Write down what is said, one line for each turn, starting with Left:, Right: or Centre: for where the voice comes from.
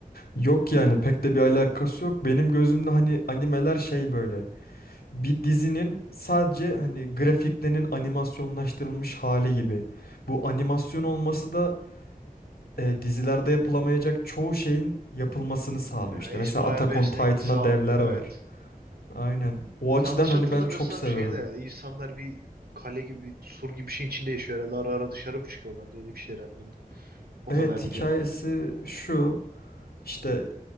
Left: Yok yani pek de bir alakası yok. Benim gözümde hani animeler şey böyle. Bir dizinin sadece hani grafiklerinin animasyonlaştırılmış hali gibi. Bu animasyon olması da e, dizilerde yapılamayacak çoğu şeyin yapılmasını sağlıyor.
Right: Ya
Left: İşte
Right: es
Left: mesela
Right: bayağı
Left: Attack
Right: bir esneklik
Left: on Titan'da
Right: sağlıyor.
Left: devler
Right: Evet.
Left: var. Aynen. O açıdan
Right: Yanlış
Left: hani
Right: hatırlamıyorsam
Left: ben çok seviyorum.
Right: şeyde insanlar bir kale gibi bir sur gibi bir şeyin içinde yaşıyor herhalde. Ara ara dışarı mı çıkıyorlardı? Öyle bir şey herhalde onda. O
Left: Evet
Right: kadar biliyorum.
Left: hikayesi şu. işte